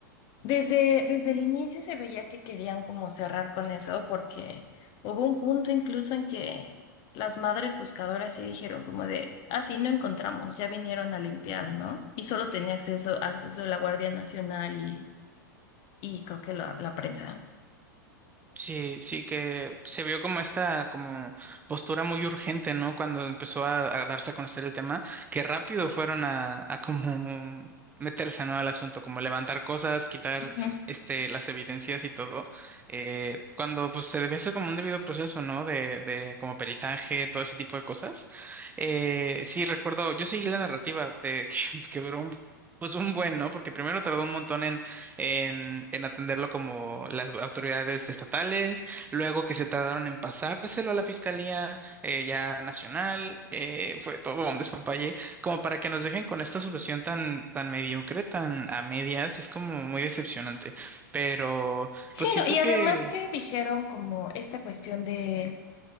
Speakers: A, on the left; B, on the right.
A: Desde, desde el inicio se veía que querían como cerrar con eso porque hubo un punto incluso en que las madres buscadoras sí dijeron como de, ah, sí, no encontramos, ya vinieron a limpiar, ¿no? Y solo tenía acceso, acceso la Guardia Nacional y, y creo que la, la prensa.
B: Sí, sí que se vio como esta como postura muy urgente, ¿no? Cuando empezó a, a darse a conocer el tema, que rápido fueron a, a como meterse, ¿no? al asunto, como levantar cosas, quitar
A: Ujú.
B: este las evidencias y todo, eh, cuando pues se debe hacer como un debido proceso, ¿no? De, de como peritaje, todo ese tipo de cosas. Eh, sí, recuerdo, yo seguí la narrativa de <laughs> que, que duró un, pues un buen, ¿no? Porque primero tardó un montón en, en atenderlo como las autoridades estatales, luego que se tardaron en pasárselo a la Fiscalía eh, ya nacional, eh, fue todo un despapalle, como para que nos dejen con esta solución tan, tan mediocre, tan a medias, es como muy decepcionante, pero
A: Sí,
B: pues siento
A: no, y además
B: que...
A: que dijeron como esta cuestión de,